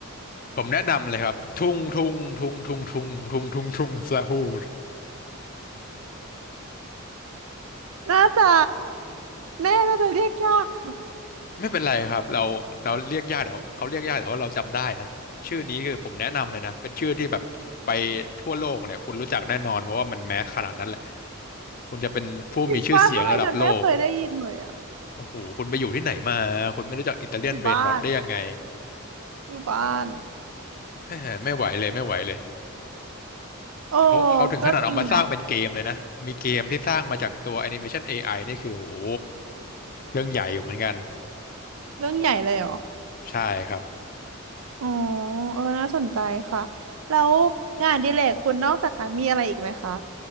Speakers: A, on the left; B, on the right.
A: ผมแนะนำเลยครับทุงทุงทุงทุงทุงทุงทุงทุงซาฮูร
B: น่าจะแม่น่าจะเรียกยากค่ะ
A: ไม่เป็นไรครับเราเราเรียกยากแต่ว่าเขาเรียกยากแต่ว่าเราจำได้นะชื่อนี้คือผมแนะนำเลยนะเป็นชื่อที่แบบไปทั่วโลกเนี่ยคุณรู้จักแน่นอนเพราะว่ามันแมสขนาดนั้นแหละคุณจะเป็นผู้มีชื่อเสียงระดับโลก
B: จริงว่าทำไมฉันไม่เคยได้ยินเลยอ่ะ
A: โอ้โหคุณไปอยู่ที่ไหนมาคุณไม่รู้จักอิตาเลียนเบรนร็อตได้ยังไง
B: อยู่บ้านอยู่บ้าน
A: เฮ้ยไม่ไหวเลยไม่ไหวเลย
B: โอ้
A: เขาเขาถึงขนาดเอามาสร้างเป็นเกมเลยนะมีเกมที่สร้างมาจากตัวแอนิเมชันเอไอนี่คือโอ้โห
B: ก็จริงนะ
A: เรื่องใหญ่อยู่เหมือนกัน
B: เรื่องใหญ่เลยเหรอ
A: ใช่ครับ
B: อ๋อเออน่าสนใจค่ะแล้วงานอดิเรกคุณนอกจากนั้นมีอะไรอีกไหมคะ